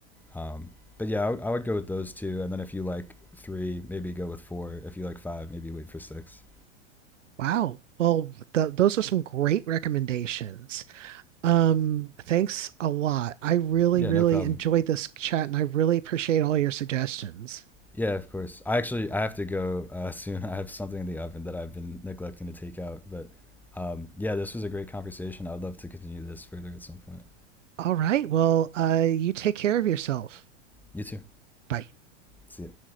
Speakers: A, in the centre; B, on the right.
A: um, but yeah, I would, would go with those two, and then if you like three, maybe go with four. If you like five, maybe wait for six.
B: wow. Well, th those are some great recommendations. Um, thanks a lot. I really,
A: Yeah,
B: really
A: no problem.
B: enjoyed this chat and I really appreciate all your suggestions.
A: Yeah, of course. I actually I have to go uh, <laughs> soon. I have something in the oven that I've been neglecting to take out. But um, yeah, this was a great conversation. I would love to continue this further at some point.
B: All right. Well, uh, you take care of yourself.
A: You too.
B: Bye.
A: See ya.